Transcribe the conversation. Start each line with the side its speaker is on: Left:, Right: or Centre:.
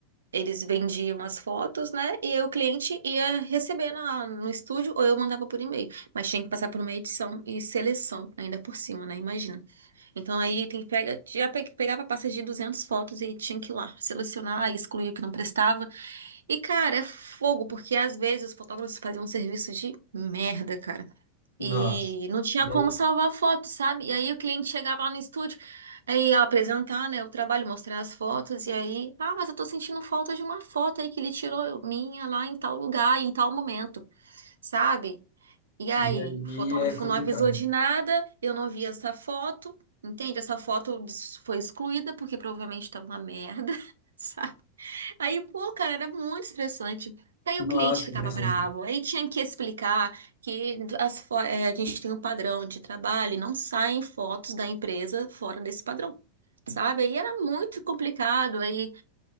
Right: eles vendiam as fotos, né? E aí o cliente ia receber na- no estúdio ou eu mandava por e-mail. Mas tinha que passar por uma edição e seleção ainda por cima, né? Imagina. Então aí tem que pega, já pe- pegava pastas de 200 fotos e tinha que ir lá selecionar, excluir o que não prestava. E, cara, é fogo, porque às vezes os fotógrafos faziam um serviço de merda, cara.
Left: Nossa.
Right: E não tinha
Left: E
Right: como
Left: aí,
Right: salvar foto, sabe? E aí o cliente chegava lá no estúdio, aí ia apresentar, né, o trabalho, mostrar as fotos, e aí, ah, mas eu tô sentindo falta de uma foto aí que ele tirou minha lá em tal lugar, em tal momento, sabe? E aí,
Left: e aí
Right: o fotógrafo
Left: é complicado.
Right: não avisou de nada, eu não vi essa foto, entende? Essa foto des- foi excluída porque provavelmente tava uma merda, <laughs> Aí, pô, cara, era muito estressante. Aí
Left: Nossa,
Right: o cliente ficava
Left: imagina.
Right: bravo, aí tinha que explicar que as fo- eh, a gente tem um padrão de trabalho e não saem fotos da empresa fora desse padrão, sabe? Aí era muito complicado, aí,